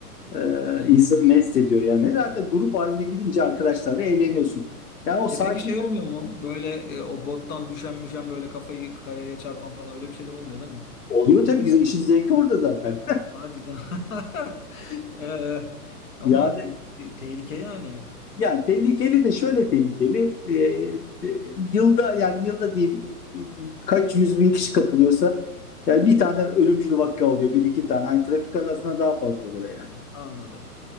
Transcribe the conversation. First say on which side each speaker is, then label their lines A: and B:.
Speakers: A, on the left; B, on the left.
A: e,
B: Evet.
A: insanı mest ediyor yani. Zaten grup halinde gidince arkadaşlarla eğleniyorsun. Ya o sakin
B: E peki şey olmuyor mu? Böyle e, o bottan düşen müşen böyle kafayı kayaya çarpan falan öyle bir şeyler olmuyor değil mi?
A: oluyor tabii ki işin zevki orada zaten.
B: Hadi lan. <laughs> Ee, ama
A: <laughs> Yani
B: e, tehlike yani.
A: Yani tehlikeli de şöyle tehlikeli. e, e, yılda yani yılda diyeyim e, kaç yüz bin kişi katılıyorsa yani bir tane ölümcül vaka oluyor. Bir iki tane. Hani trafik kazasından daha fazla oluyor yani.
B: Anladım.